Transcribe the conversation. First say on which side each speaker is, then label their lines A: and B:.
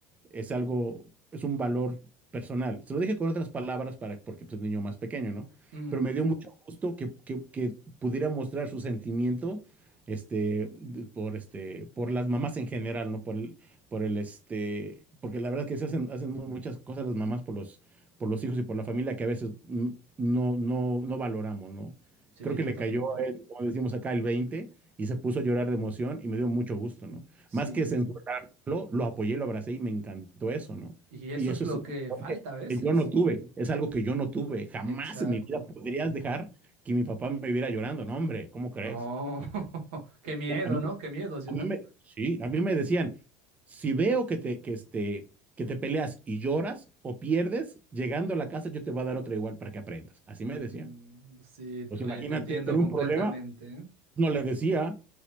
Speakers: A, on the right; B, on the right.
A: es algo, es un valor personal. Se lo dije con otras palabras para, porque pues, es un niño más pequeño, ¿no?
B: Mm,
A: Pero me dio mucho gusto que, que- que pudiera mostrar su sentimiento, este, de- por, este, por las mamás en general, ¿no? Por el, por el, este, porque la verdad que se hacen, hacen mu- muchas cosas las mamás por los, por los hijos y por la familia que a veces mm, no, no, no valoramos, ¿no?
B: sí,
A: Creo que
B: totalmente.
A: le cayó a él, como decimos acá, el 20 y se puso a llorar de emoción y me dio mucho gusto, ¿no?
B: Sí.
A: Más que censurarlo, lo apoyé, lo abracé y me encantó eso, ¿no?
B: Y eso
A: Y eso
B: es lo
A: es un
B: que
A: valor
B: falta
A: que
B: a veces.
A: que yo no tuve, es algo que yo no tuve. Jamás
B: Exacto.
A: en mi vida podrías dejar que mi papá me viera llorando, no, hombre, ¿cómo crees?
B: No, <laughs> qué miedo,
A: Yo- A mí,
B: ¿no? Qué miedo, ¿sí
A: a
B: o
A: mí
B: no?
A: me, sí, a mí me decían, si veo que te, que este, que te peleas y lloras o pierdes, llegando a la casa yo te voy a dar otra igual para que aprendas. Así me
B: Mm,
A: decían.
B: sí,
A: Pues imagínate,
B: oye, te entiendo
A: tiene
B: completamente,
A: un problema,
B: ¿eh?
A: no le decía,